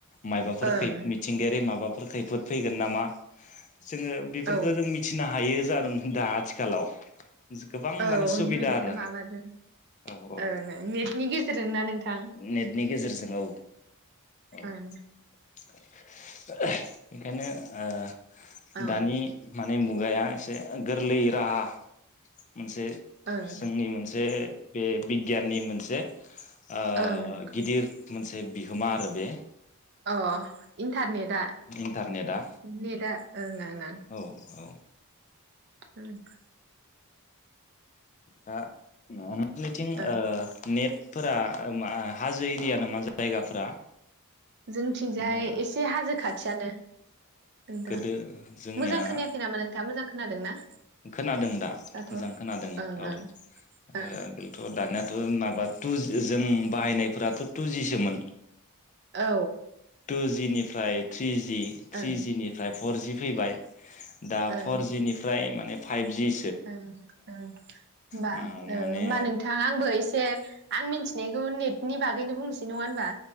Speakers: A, on the left; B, on the right.
A: मायबाफोर
B: ओं
A: खै मिथिंगायारि माबा फोर खैफोद फैगोन नामा? जोङो बिफोरखो
B: औ
A: जों मिथिनो हा बेयो जादों दा आथिखालाव। गोबां
B: औ
A: माने सुबिदा
B: मिन
A: आरो
B: माबाजों
A: औ औ
B: ओं निटनि गेजेरजों ना नोंथां
A: नेटनि गेजेरजों औ औ
B: ओं।
A: <inaudible> <unintelligible>
B: ओं
A: दानि। माने बु मुगाया एसे गोरलै <unintelligible> मोनसे
B: ओं
A: जोंनि मोनसे बे बिगियाननि मोन से। ओ
B: ओं
A: गिदिर मोनसे बिहोमा आरो बे।
B: अ इन्टारनेटआ
A: इन्टारनेटआ
B: नेटआ ओं ओं ओं।
A: औ औ
B: <inaudible>
A: दा न मिथिं
B: ओं
A: नेट। फोरा मा हाजो एरिया नामा जायगाफोरा?
B: जोंथिंजाय
A: अ
B: एसे हाजो। खाथियानो नोंथां
A: गोदो जोंनिया
B: मोजां खोनायाखै नामा नोंथां मोजां। खोनादों ना?
A: खोनादों दा
B: दाथ'
A: मोजां
B: ओं
A: खोनादों
B: ओं
A: औ आगोलथ'
B: ओं
A: दानियाथ' माबा टुज जों बाहायनायफोराथ' टुजिसोमोन।
B: औ
A: टु जिनि फ्राइद‌। थ्रिजि थ्रिजिनिफ्राय
B: ओं
A: फरजि। फैबाय। दा
B: ओं
A: फरजि निफ्राय। माने फाइभजि।
B: होमबा
A: ओ
B: औ
A: माने
B: होमबा नोंथां आंबो एसे। आं मिथिनायखौ नेटनि बागैनो बुंनोसै नङा होनबा।